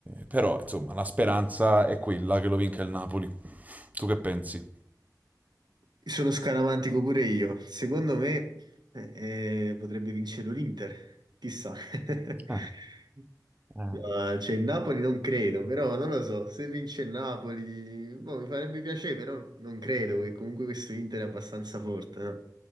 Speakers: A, on the right; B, on the right.
A: però, insomma, la speranza è quella che lo vinca il Napoli. Tu che pensi?
B: Sono scaramantico pure io. Secondo me eh, eh, potrebbe vincere l'Inter, chissà. <laughs>
A: Ah, ah.
B: Ma c'è il Napoli, non credo, però non lo so, se vince il Napoli, boh, mi farebbe piacere, però non credo che comunque questo Inter è abbastanza forte, no?